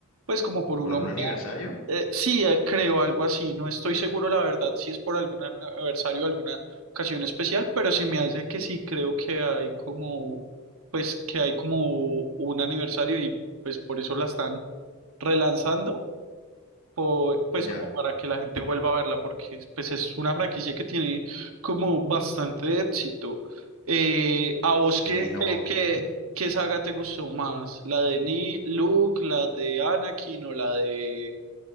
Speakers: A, on the right; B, on the left.
A: pues como por un
B: ¿Por algún
A: homenaje.
B: aniversario?
A: Eh, sí, eh, creo algo así, no estoy seguro la verdad si es por algún aniversario, alguna ocasión especial, pero se me hace que sí, creo que hay como, pues que hay como un aniversario y pues por eso la están relanzando po- pues
B: Ya.
A: como para que la gente vuelva a verla, porque pues es una franquicia que tiene como bastante éxito. Eh, ¿a vos
B: Sí,
A: qué,
B: no.
A: qué, qué,
B: ujú.
A: qué saga te gustó más? ¿La de Ni Luke, la de Anakin o la de...